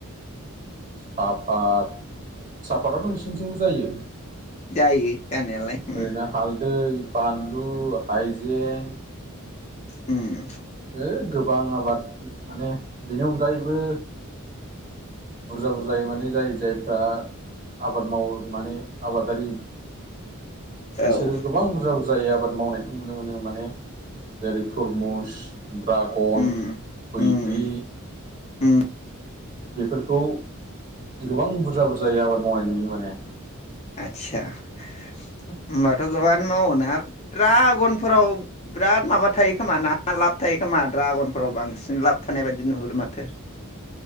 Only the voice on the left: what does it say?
जायो जानायालाय उम
उम
औ
उम
उम उम
आदसा होनबाथ' गोबाङानो मावोना द्रागन फोराव बिराद माबा थायो खोमा ना लाब थायो खोमा ड्रागनफोराव बांसिन लाब थानाय बायदि नुहुरोमोन माथो